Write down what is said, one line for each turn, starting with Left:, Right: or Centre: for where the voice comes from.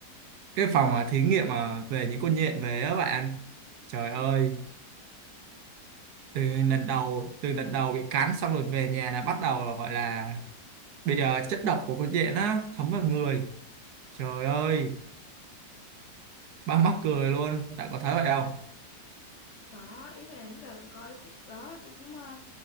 Right: cái phòng ờ, thí nghiệm ờ, về những con nhện về á bạn trời
Left: Ừ.
Right: ơi từ lần đầu từ lần đầu bị cắn xong rồi về nhà là bắt đầu là gọi là bị ờ, chất độc của con nhện á thấm vào người trời ơi ba mắc cười luôn bạn có thấy vậy không
Left: Có, ý là lúc đầu tôi coi cái khúc đó tôi cũng ờ,